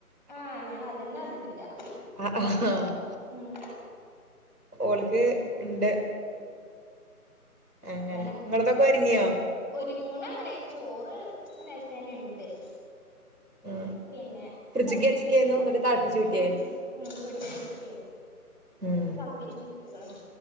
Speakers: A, in the centre; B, on the right.
A: ആഹ ഞാൻ അതന്നെ അറിഞ്ഞിട്ടില്ല-
B: ആഹ് ആഹ്
A: ഉം
B: ഓൾക്ക് ഇണ്ട്- അങ്ങനെ
A: ഞനാ
B: നിങ്ങളതൊക്കെ ഒരുങ്ങിയോ
A: ഒരുങ്ങുണ് അങ്ങനെ ചോറ് ന നുണ്ട് -
B: ഉം
A: പിന്നെ
B: ഫ്രിഡ്ജ്ക്ക്
A: തളപ്പി
B: വെച്ചക്കായിരുന്നു
A: ചുറ്റി
B: എന്നിട്ട് തളപ്പിച്ച് ഊറ്റിയേ
A: ഫ്രിഡ്ജ ഉ ഫ്രിഡ്ജി കേറ്റി വച്ചിട്ട-
B: ഉം
A: തെളപ്പിച്ചുറ്റിയിരിക്കണ്-